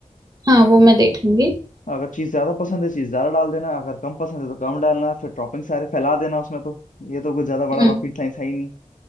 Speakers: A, on the right; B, on the left.
A: हाँ वो मैं देख लूंगी
B: अगर चीज ज्यादा पसंद है चीज ज्यादा डाल देना अगर कम पसंद है तो कम डालना फिर टॉपिंग सारे फैला देना उसमें तो ये तो कुछ ज्यादा बड़ा
A: हम्म
B: रॉकेट साइंस है ही नहीं